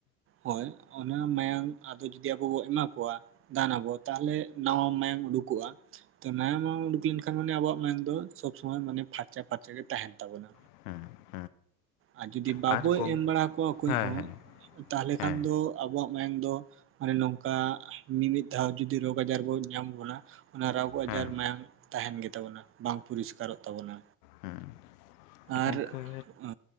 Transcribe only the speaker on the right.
ᱦᱳᱭ ᱚᱱᱟ ᱢᱟᱭᱟᱝ ᱟᱫᱚ ᱡᱩᱫᱤ ᱟᱵᱚ ᱵᱚ ᱮᱢᱟ ᱠᱚᱣᱟ᱾ ᱫᱟᱱ ᱟᱵᱚ ᱛᱟᱦᱞᱮ ᱱᱟᱣᱟ ᱢᱟᱭᱟᱢ ᱩᱰᱩᱠᱚᱜ-ᱟ᱾ ᱛᱚ ᱱᱟᱣᱟ ᱢᱟᱭᱟᱢ ᱩᱰᱩᱠ ᱞᱮᱱᱠᱷᱟᱱ ᱢᱟᱱᱮ ᱟᱵᱚᱣᱟᱜ ᱢᱟᱭᱟᱢ ᱫᱚ ᱥᱚᱵᱽ ᱥᱩᱢᱚᱭ ᱢᱟᱱᱮ ᱯᱷᱟᱨᱪᱟ ᱯᱷᱟᱨᱪᱟ ᱜᱮ ᱛᱟᱦᱮᱱ ᱛᱟᱵᱚᱱᱟ᱾
ᱟᱨ ᱡᱩᱫᱤ ᱵᱟᱵᱚ
ᱮᱢ ᱵᱟᱲᱟ ᱠᱚᱣᱟ ᱚᱠᱚᱭ
ᱦᱚᱸ
ᱛᱟᱦᱞᱮ
ᱠᱷᱟᱱ ᱫᱚ ᱟᱵᱚᱣᱟᱜ ᱢᱟᱭᱟᱝ ᱫᱚ ᱢᱟᱱᱮ ᱱᱚᱝᱠᱟ ᱢᱤᱼᱢᱤᱫ ᱫᱷᱟᱣ ᱡᱩᱫᱤ ᱨᱳᱜᱽ ᱟᱡᱟᱨ ᱵᱚᱱ ᱧᱟᱢ ᱵᱚᱱᱟ ᱚᱱᱟ ᱨᱳᱜᱽ ᱟᱡᱟᱨ
ᱢᱟᱭᱟᱝ ᱛᱟᱦᱮᱱ ᱜᱮᱛᱟ ᱵᱚᱱᱟ ᱵᱟᱝ ᱯᱚᱨᱤᱥ ᱠᱟᱨᱚᱜ ᱛᱟᱵᱚᱱᱟ᱾
ᱟᱨ ᱟ